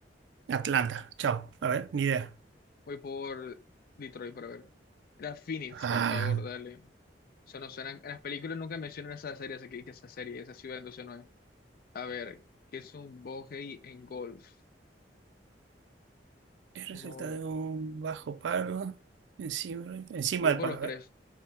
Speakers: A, on the right; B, on the left.
A: Atlanta, chao, a ver, ni idea.
B: Voy por Detroit para ver. Era Phoenix,
A: Ah.
B: por favor, dale. Eso no suena. En las películas nunca mencionan esa serie, así que que esa serie, esa ciudad, entonces no es. A ver, ¿qué es un bogey en golf?
A: Es resultado
B: Uno,
A: de un bajo paro encima, encima
B: yo voy
A: del
B: por
A: paro.
B: los
A: a ver.
B: tres.